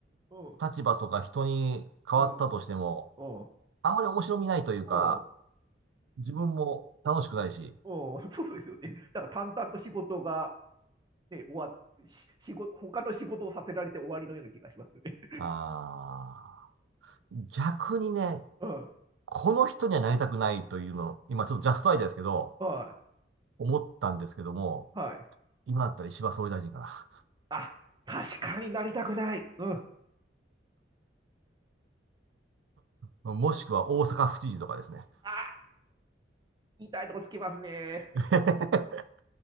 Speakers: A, on the right; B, on the right.
A: うん、
B: 立場とか人に変わったとしても、
A: うん、うん、
B: あんまり面白みないというか、
A: うん、
B: 自分も楽しくないし、
A: うん、そうですよね。なんか淡々と仕事が、ね、終わっし仕事、他の仕事をさせられて終わりのような気がしますよね。
B: あー、逆にね、
A: うん、
B: この人にはなりたくないというの、今ちょっとジャストアイデアですけど、
A: はい、
B: 思ったんですけども、
A: はい。
B: 今だったら石破総理大臣か
A: あ、確かになりたくない。うん。
B: な。<laughs> もしくは大阪府知事とかですね。
A: あ痛いとこつきますね。
B: <laughs>
A: お